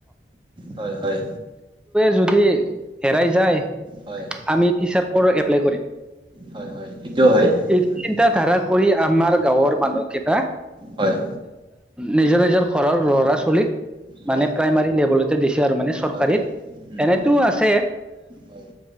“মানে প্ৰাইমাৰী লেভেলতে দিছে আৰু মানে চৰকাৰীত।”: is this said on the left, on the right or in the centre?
Centre